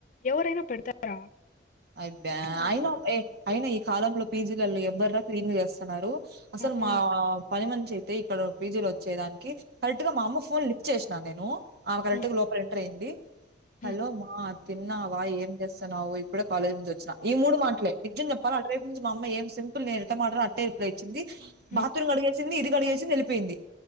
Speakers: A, on the left (about 45°); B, on the right (about 55°).
A: ఎవరైనా పెడతారా
B: అయిబ్యా
A: ఆ,
B: అయిన ఏ అయిన కాలంలో పీజీలల్లో ఎవ్వర్రా క్లీన్ లు చేస్తున్నారు అసలు
A: అవును
B: మా పని మన్ అయితే ఇక్కడ పీజీలో ఒచ్చేదానికి కరెక్ట్ గా మా అమ్మ ఫోన్ లిఫ్ చేశినా నేను ఆ కరెక్ట్
A: ఉమ్,
B: లోపల ఎంటర్ అయింది హలో
A: ఉమ్,
B: మా తిన్నావా ఏం చేస్తన్నావు ఇప్పుడె కాలజ్ చి వచ్చినా ఈ మూడు మాటలే నిజం చెప్పాల అటు రేపు నుంచి మా అమ్మ ఏం సింపుల్ నేను ఎటమాటడం అట్టే రిప్లై ఇచ్చింది
A: ఉమ్,
B: బాత్రూమ్ గడిగేసింది ఇది కడిగేసింది ఎళ్ళిపోయింది